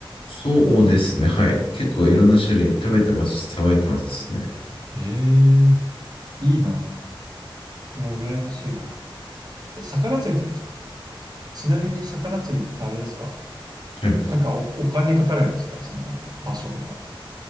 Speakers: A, on the left; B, on the right.
A: そうですね。はい。結構いろんな種類食べてますし、さばいてますね。
B: ええいいなぁ。うわ、羨ましいわ。え、魚釣りって、ちちなみに魚釣りってあれですか
A: はい。
B: なんかお、お金かかるんですかその場所とか。